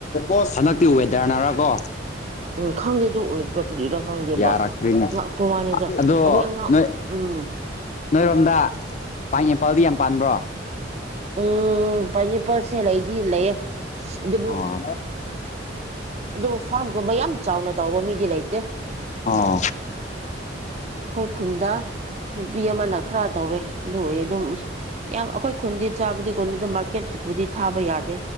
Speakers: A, on the left; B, on the right.
A: ꯣ ꯍꯟꯗꯛꯇꯤ ꯋꯦꯗꯔꯅꯔ ꯀꯣ
B: ꯎꯝ ꯈꯪꯗꯦ ꯑꯗꯨ ꯑꯣꯏꯕ꯭ꯔꯥ ꯀꯔꯤꯔꯥ ꯈꯪꯗꯦꯕ
A: ꯌꯥꯔꯈꯔꯤꯅꯤ
B: ꯉꯛꯄ ꯋꯥꯅꯤꯗ
A: ꯑꯗꯣ
B: ꯑꯩꯈꯣꯏ ꯑꯉꯥꯡ
A: ꯅ
B: ꯎꯝ
A: ꯅꯣꯏꯔꯣꯝꯗ ꯄꯥꯡ ꯑꯦꯄꯜꯗꯤ ꯌꯥꯝ ꯄꯥꯟꯕ꯭ꯔꯣ
B: ꯎꯝ ꯄꯅꯤꯄꯔꯁꯦꯂ ꯏ ꯏꯂꯌꯦꯦ ꯑꯗꯨꯕꯨ
A: ꯑꯣ
B: ꯑꯗꯨꯕꯨ ꯐꯥꯝꯒꯨꯝꯕ ꯌꯥꯝ ꯆꯥꯎꯅ ꯇꯧꯕ ꯃꯤꯗꯤ ꯂꯩꯇꯦ ꯑꯩꯈꯣꯏ
A: ꯑꯣ
B: ꯈꯨꯨꯟꯗꯥ ꯅꯨꯄꯤ ꯑꯃ ꯅꯈꯔꯥ ꯇꯧꯋꯦ ꯑꯗꯨ ꯎꯏ ꯑꯗꯨꯝ ꯌꯥꯝ ꯑꯩꯈꯣꯏ ꯈꯨꯟꯗꯤ ꯆꯥꯕꯗꯤ ꯀꯣꯟ ꯑꯗꯨꯝ ꯀꯦꯠꯄꯨꯗꯤ ꯊꯥꯕ ꯌꯥꯗꯦ